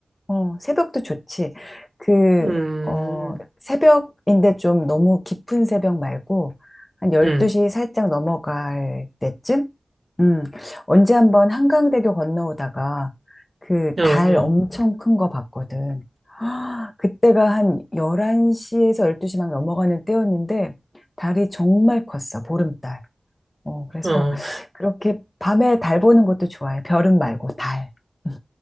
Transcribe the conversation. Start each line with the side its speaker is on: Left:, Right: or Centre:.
Left: 어, 새벽도 좋지. 그,
Right: 음,
Left: 어, 새벽인데 좀 너무 깊은 새벽 말고 한 12시
Right: 음,
Left: 살짝 넘어갈 때쯤? 음, 언제 한번 한강대교 건너오다가 그
Right: 어, 어,
Left: 달 엄청 큰 거 봤거든. <gasps> 아, 그때가 한 11시에서 12시 막 넘어가는 때였는데 달이 정말 컸어, 보름달. 어, 그래서
Right: 어.
Left: 그렇게 밤에 달 보는 것도 좋아해. 별은 말고 달. 음.